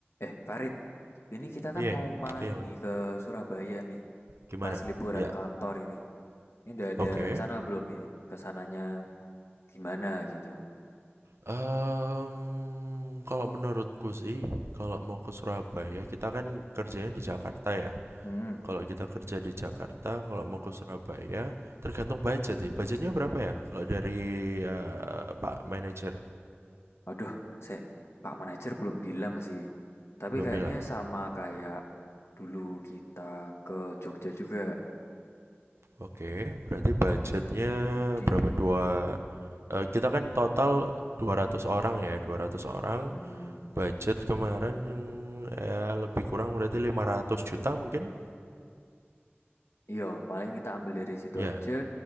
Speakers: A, on the left; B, on the right.
A: Eh, Farid, ini kita
B: Piye?
A: kan mau main
B: Piye, Mas?
A: nih ke Surabaya nih,
B: Gimana?
A: pas liburan
B: Ya,
A: kantor ini. Ini udah ada
B: oke.
A: rencana belum ini? Kesananya gimana gitu?
B: Em, kalau menurutku sih, kalau mau ke Surabaya, kita kan kerjanya di Jakarta ya.
A: Hmm,
B: Kalau kita kerja di Jakarta, kalau mau ke Surabaya, tergantung budget sih. Budgetnya berapa ya? Kalau dari eh, Pak Manager
A: aduh, saya, Pak Manajer belum bilang sih. Tapi
B: belum
A: kayaknya
B: bilang.
A: sama kayak dulu kita ke Jogja juga
B: Oke, berarti budgetnya
A: di,
B: berapa? Dua. eh, kita kan total 200 orang ya, 200 orang.
A: hmm,
B: budget kemarin ya lebih kurang berarti 500 juta mungkin
A: iya, paling kita ambil dari situ
B: ya
A: aja.